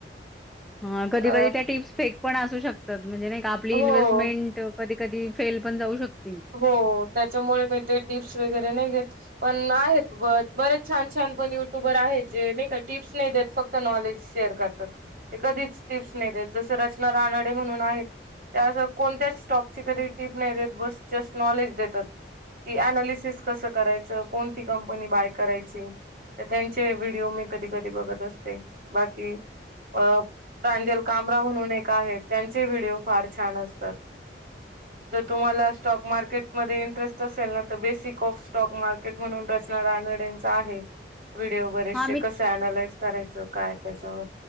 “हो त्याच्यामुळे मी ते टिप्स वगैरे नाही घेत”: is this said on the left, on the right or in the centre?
Right